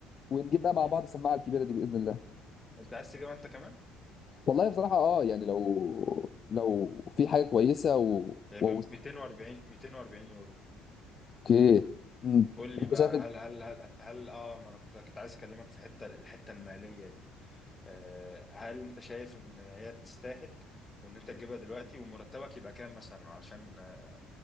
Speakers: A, on the left; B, on the left.
A: ونجيب بقى مع
B: مم.
A: بعض السماعه الكبيره دي باذن الله
B: انت عايز تجيبها انت كمان
A: والله بصراحه اه يعني لو لو في حاجه كويسه و...
B: هي
A: و...
B: ب 240 240 يورو
A: اوكي امم
B: قول
A: وانت
B: لي بقى
A: شايف إن-
B: هل هل هل هل اه ما انا كنت كنت عايز اكلمك في حته الحته الماليه دي آه، هل انت شايف ان هي تستاهل وان انت تجيبها دلوقتي ومرتبك يبقى كام مثلا علشان آه،